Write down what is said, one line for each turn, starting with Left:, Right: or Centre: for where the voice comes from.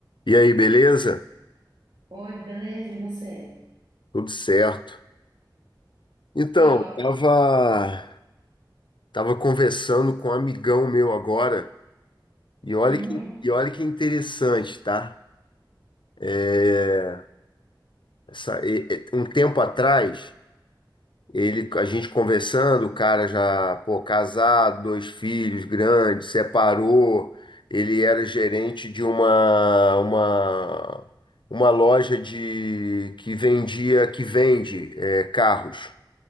Left: E aí, beleza?
Right: Oi, beleza, e você?
Left: Tudo certo. Então,
Right: Que ótimo.
Left: tava tava conversando com um amigão meu agora, e olha
Right: Uhum,
Left: que, e olha que interessante, tá? É, essa- e- e- um tempo atrás, ele, a gente conversando, o cara já, pô, casado, dois filhos grandes, separou, ele era gerente de uma, uma, uma loja de, que vendia, que vende, é, carros.